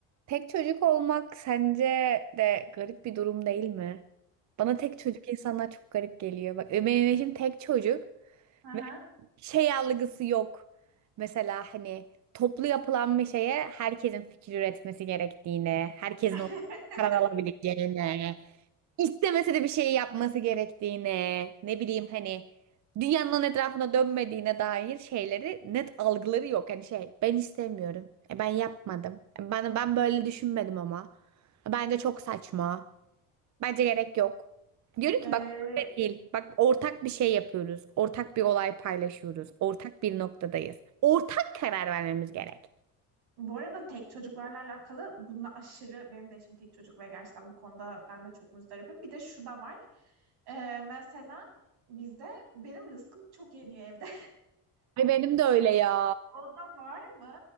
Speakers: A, on the right; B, on the right.
A: Tek çocuk olmak sence de garip bir durum değil mi? Bana tek çocuk insanlar çok garip geliyor. Bak e, benim eşim tek çocuk
B: Aha.
A: ve şey algısı yok. Mesela hani toplu yapılan bir şeye herkesin fikir üretmesi gerektiğine, herkesin
B: <laughs>
A: o karar alabileceğine istemese de bir şey yapması gerektiğine, ne bileyim hani dünyanın onun etrafına dönmediğine dair şeyleri net algıları yok. Hani şey ben istemiyorum. E, ben yapmadım. E, ben, ben böyle düşünmedim ama. Bence çok saçma. Bence gerek yok. Diyorum
B: Ee,
A: ki bak böyle değil. Bak ortak bir şey yapıyoruz. Ortak bir olay paylaşıyoruz. Ortak bir noktadayız. Ortak karar vermemiz gerek.
B: bu arada tek çocuklarla alakalı bununla aşırı benim de eşim tek çocuk ve gerçekten bu konuda ben de çok muzdaribim. Bir de şu da var. Ee, mesela bizde benim rızkım çok yeniyor evde.
A: Ay benim de öyle ya.
B: O da var mı?